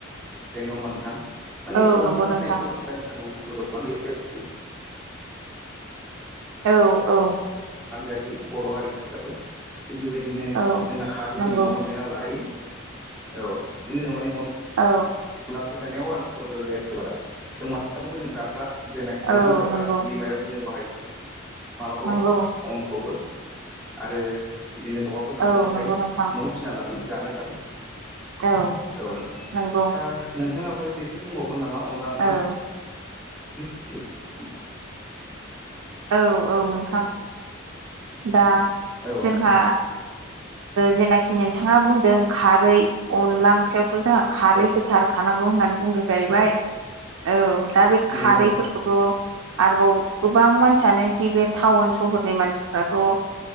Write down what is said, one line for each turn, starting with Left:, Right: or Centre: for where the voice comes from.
Centre: खायो नङा ओमबा नोंथां मानि
Right: औ
Centre: अनला
Right: नंगौ
Centre: ओंख्रि
Right: नोंथां
Centre: नांगौ। <unintelligible>
Right: औ औ
Centre: जायो बर' हारि हिसाबै थिग बेबायदिनो
Right: औ
Centre: जोंहा खारैखौबो
Right: नंगौ
Centre: न'आवनो बायनानै लाखायो। औ बिदिनो माने
Right: औ
Centre: अनला ओंख्रि जानायाव रां खरसा जाया बारा जों माखौबो जों जाग्रा। जेनाखि
Right: औ
Centre: ओंखाम जाग्रा
Right: नंगौ
Centre: बे माइरंखौ जों बाहायो माबाखौ
Right: नंगौ
Centre: अनखौबो आरो बिदिनो दाउ आबो जोंना
Right: औ
Centre: न'आवनो
Right: नंगौ
Centre: थायो
Right: नोंथां
Centre: न'आव फिसिना लाखायो जानो थाखाय
Right: औ
Centre: औ नोंथां
Right: नंगौ।
Centre: नोंथाङाबो एसे बुंबावगोन नामा अनला ओंख्रि
Right: औ
Centre: <unintelligible>
Right: औ औ नोंथां। दा
Centre: औ
Right: जोंहा
Centre: नोंथां।
Right: जेनाखि नोंथाङा बुंदों। खारै अनला ओंख्रियावथ' जोंहा खारै
Centre: औ
Right: होथारखानांगौ होननानै बुंदों। जाहैबाय औ दा बे
Centre: नंगौ
Right: खारैफोरखौथ'
Centre: नोंथां
Right: आरोबाव गोबां मानसि सानोखि बे टाउन सहरनि मानसिफ्राथ'